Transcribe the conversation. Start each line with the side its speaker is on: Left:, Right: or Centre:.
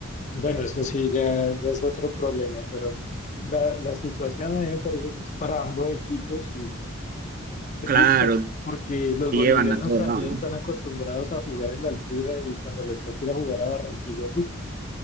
Left: Bueno, eso sí, ya, ya es otro problema, pero a mí la, la situación a mí me parece que es para ambos equipos y es
Right: Claro,
Left: justo, porque los
Right: te
Left: bolivianos
Right: llevan a todos
Left: también
Right: lados, ¿no?
Left: están acostumbrados a jugar en la altura y cuando les toca ir a jugar a Barranquilla sufren.